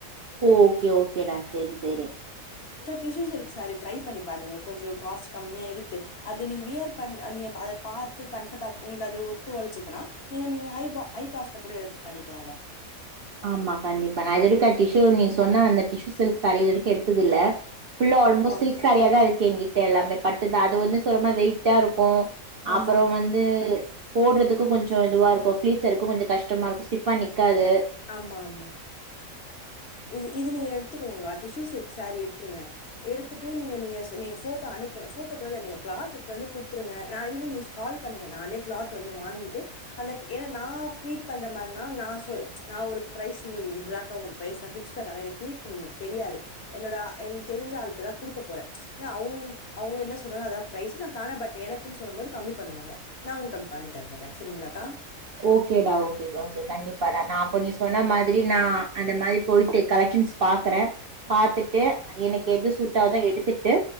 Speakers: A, on the right (about 55°); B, on the left (about 55°).
A: ஓகே ஓகேடா சரி சரி
B: டிூ சி ட்ரை பண்ணி பாருங்க கொஞ்சம் காஸ்ட் கம்மியா த்து அதது நீங்க வியர் பண் நீங்க அத பார்த்து கபர் உங்களுக்கு ஒத்து உழைச்சதுன்னா நீங்க நீங்க ஐா ஐ காஸ கூட எடுத்து பண்ணிக்கலாம்ல
A: ஆமா கண்டிப்பா நான் இதது வரைக்கும் டிஷு நீ சொன்ன அந்த டிஷு சில் சார இது வரைக்கும் எடுத்தது இல்ல ஃபுல்ல ஆல்மோஸ்ட்
B: ஆ
A: சில்க் சாரியா தான் இருக்கு எங்க்கிட்ட எல்லாமே பட்டுதுான் அது வந்து சொல்றமா வெயிட்டா இருக்கும்
B: ஆமா,
A: அப்புறம் வந்து போடுறதுக்கும் கொஞ்சம் இதுவா இருக்கும் பளீஸருக்கும் கொஞ்சம் கஷ்டமா இருக்கும் ஸ்டிஃபா ந்காது
B: ஆமா ஆமா இது இது நீங்க எடுத்துக்கோங்க டிஷூ சில்க் சாரி எடுத்துிருங்க எடுத்துட்டு நீங்க நீங்க நீங்க போட்டோ அனுப்பு போட்டோ நீங்க கிளாந்து கொடுத்துங்க ந கால் ப பண்ணுங்க நானே கிளாத் வந்து வாங்கிட்டு அந்த ஏனன்ன நான் பீட் பண்ற மாதிரினா ந சொ நான் ஒரு பிரைஸ் உங்களுக்கு இதுதாக்க பிர பிக பண்ண கிள பண்ண தெரியாது என்ட எனக்கு தெரிஞ்ச ஆ தான் கொடுக்க போறேன் அவங்க அவங்க என்ன சொல்றாங்க அத ப பிரரைஸ்ான் கா பட் எனக்கு சொல்லும் போோது கம்மி பண்ணுவங்க நான் உங்களுக்கு அடி பண்ணி தந்துடுறேன் சரிங்களாக்கா
A: ஓகேடா ஓகே ஓகே கண்டிப்பாடா நான் அப்ப நீ சொன்ன மாதிரி நான் அந்த மாதிரி போயிட்டு கலெக பாக்குறேன் பாாரத்துட்டு எனக்கு எது சூட்டோ எடுத்துட்டு